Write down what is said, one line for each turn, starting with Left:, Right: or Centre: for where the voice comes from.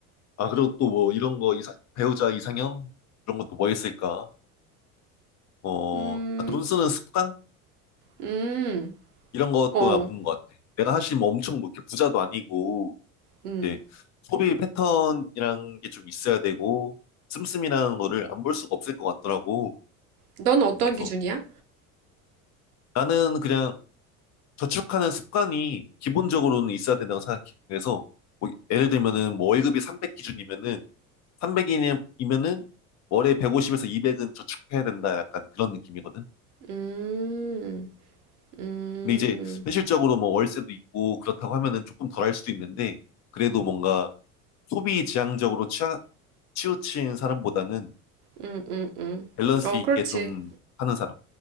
Left: 아, 그리고 또 뭐 이런 거 이상, 배우자 이상형? 그런 것도 뭐 있을까? 어,
Right: 음,
Left: 아, 돈 쓰는 습관?
Right: 음,
Left: 이런 것도
Right: 어,
Left: 나쁜 것 같아. 내가 사실 뭐 엄청 뭐 이렇게 부자도 아니고
Right: 음.
Left: 이제 소비 패턴이란 게 좀 있어야 되고 씀씀이라는 거를 안 볼 수가 없을 것 같더라고.
Right: 넌 어떤
Left: 음. 그래서
Right: 기준이야?
Left: 나는 그냥 저축하는 습관이 기본적으로는 있어야 된다고 생각해. 그래서 뭐 예를 들면은 뭐 월급이 300 기준이면은 300이면은 월에 150에서 200은 저축해야 된다 약간 그런 느낌이거든.
Right: 음, 음,
Left: 근데 이제 현실적으로 뭐 월세도 있고 그렇다고 하면은 조금 덜할 수도 있는데 그래도 뭔가 소비 지향적으로 치아, 치우친 사람보다는
Right: 음, 음, 음.
Left: 밸런스
Right: 어,
Left: 있게
Right: 그렇지.
Left: 좀 하는 사람을